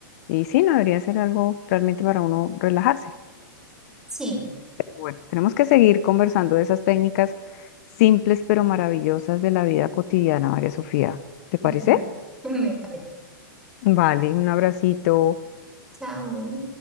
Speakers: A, on the left; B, in the centre.
A: Y sí, no debería ser algo realmente para uno relajarse.
B: Sí,
A: Bueno, tenemos que seguir conversando de esas técnicas simples pero maravillosas de la vida cotidiana, María Sofía. ¿Te parece?
B: vale, <laughs> me parece.
A: Vale, un abracito.
B: Chao.